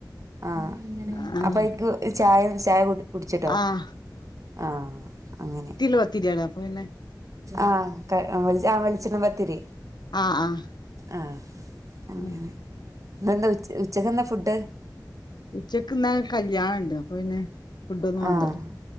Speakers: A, on the right; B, on the left.
A: ആഹ്
B: ആഹ്
A: അപ്പൊ അയ്ക്ക് ചായ ഒരു ചായ കുട്ച്ച്ട്ടോ
B: ആഹ്
A: ആഹ് അങ്ങനെ
B: ഇല്ല പത്തിരിയാണ് അപ്പൊ പിന്നെ
A: ആഹ് ത്താ ആഹ് വെളിച്ചണ്ണ പത്തിരി
B: ആഹ് ആഹ്
A: ആഹ് അങ്ങനെ
B: ഉം
A: ഇന്നെന്താ ഉ ഉച്ചക്കെന്താ ഫുഡ്
B: ഉച്ചക്ക്ന്ന് കല്യാണണ്ട് അപ്പൊ പിന്നെ ഫുഡ് ഒന്നും വാണ്ടല്ലൊ
A: ആഹ്